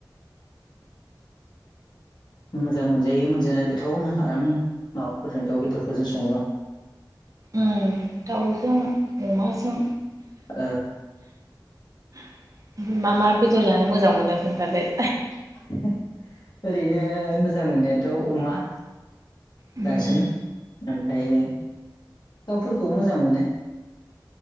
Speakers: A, on the left; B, on the right.
A: मोजां मोनजायो मोनजा गोथावनो आरामनो माबाफोरजों दाउ बेदरफोरजों सङोबा
B: उम दाउजों अमाजों
A: ओ
B: ओमफ्राय मा मा बेदर जानो मोजां मोजां मोनो खोनथालाय
A: <unintelligible> ओरैनो मोजां मोननायाथ' अमा
B: उम
A: बांसिन ओमफ्राय दाउफोरखौ मोजां मोनो